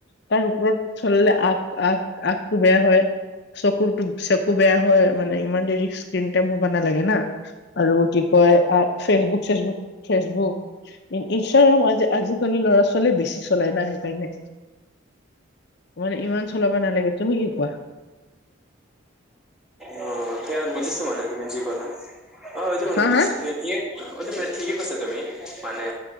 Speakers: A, on the left; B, in the centre.
A: তাৰ ওপৰত চলালে আখ-আখ-আখটো বেয়া হয়, চকুটো চকু বেয়া হয়, মানে ইমান দেৰিক স্কিনতে মুবাবা নালাগে না, আৰু কি কিয় অ, ফেচবুক-চেচবুক, ফেচবুক ইনষ্টাগ্ৰাম আজি-আজি কালি ল'ৰা ছোৱালীয়ে বেছি চলাই। সেইকাৰণে মানে ইমান চলাব নালাগে, তুমি কি কোৱা?
B: অ, এতিয়া বুজিছো মানে তুমি যি কলা অ, সেইটো মানে
A: হা
B: বুজিছো
A: হা
B: তই তিয়েই মানে ঠিকে কৈছে তুমি মানে